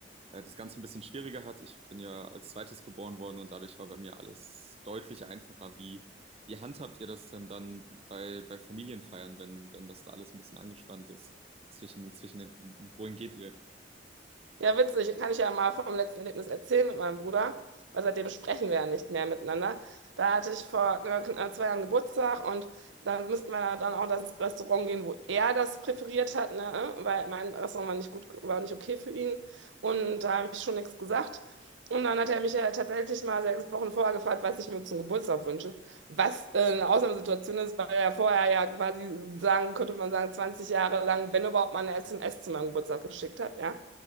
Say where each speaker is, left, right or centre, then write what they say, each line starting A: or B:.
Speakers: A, on the right; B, on the right.
A: äh, das Ganze ein bisschen schwieriger hat. Ich bin ja als Zweites geboren worden und dadurch war bei mir alles deutlich einfacher. Wie, wie handhabt ihr das denn dann bei, bei Familienfeiern, wenn, wenn das da alles ein bisschen angespannt ist zwischen, zwischen den Wohin geht ihr?
B: Ja, witzig. Kann ich ja mal vom letzten Erlebnis erzählen mit meinem Bruder, weil seitdem sprechen wir ja nicht mehr miteinander. Da hatte ich vor äh, kn- äh, zwei Jahren Geburtstag und da müssten wir ja dann auch das Restaurant gehen, wo er das präferiert hat, ne? äh, Weil mein Restaurant war nicht gut, war nicht okay für ihn und da habe ich schon nichts gesagt. Und dann hat er mich ja tatsächlich mal sechs Wochen vorher gefragt, was ich mir zum Geburtstag wünsche. Was äh, eine Ausnahmesituation ist, weil er vorher ja quasi sagen, könnte man sagen, 20 Jahre lang, wenn überhaupt mal eine SMS zu meinem Geburtstag geschickt hat, ja.